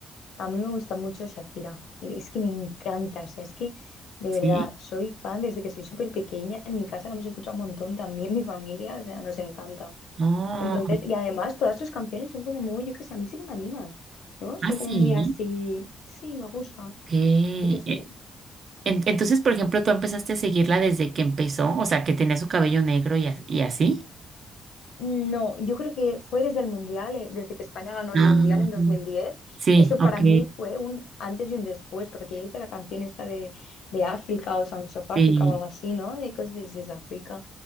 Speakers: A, on the left; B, on the right.
A: A mí me gusta mucho Shakira, es que me encanta, o sea, es que de
B: Sí.
A: verdad soy fan desde que soy súper pequeña, en mi casa la hemos escuchado un montón también, mi familia, o sea, nos encanta.
B: Oh,
A: Entonces, y además todas sus canciones son como muy, yo qué sé, a mí sí que me animan, ¿no? Son
B: ah, sí.
A: como muy así, sí, me gusta,
B: Ok. Eh,
A: yo qué sé,
B: en- entonces, por ejemplo, tú empezaste a seguirla desde que empezó, o sea, que tenía su cabello negro y, a- y así.
A: No, yo creo que fue desde el Mundial, eh, desde que España ganó el
B: Ah,
A: Mundial en 2010.
B: sí,
A: Eso
B: ok,
A: para mí fue un antes y un después, porque ya hice la canción esta de, de África o Sounds of Africa
B: sí,
A: o algo así, ¿no? De Cause This is Africa.